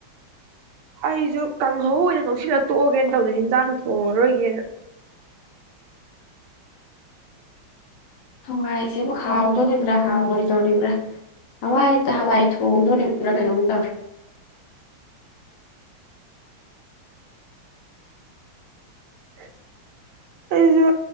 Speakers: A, on the right; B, on the left.
A: ꯑꯩꯁꯨ ꯀꯥꯡꯍꯧ ꯑꯣꯏꯅ ꯅꯨꯡꯁꯤꯜꯂ ꯇꯣꯛꯑꯒꯦꯅ ꯇꯧꯅꯤ ꯍꯤꯟꯖꯥꯡ ꯍꯔ ꯑꯣꯏꯒꯦꯅ
B: ꯍꯋꯥꯏꯁꯤꯕꯨ ꯍꯥꯎꯗꯣꯔꯤꯕ꯭ꯔꯥ ꯍꯥꯎꯔꯣꯏꯗꯣꯔꯤꯕ꯭ꯔꯥ ꯍꯋꯥꯏ ꯇ ꯍꯋꯥꯏ ꯊꯣꯡꯗꯣꯔꯤꯕ꯭ꯔꯥ ꯀꯩꯅꯣꯝ ꯇꯧꯔꯤ
A: <inaudible> ꯑꯩꯁꯨ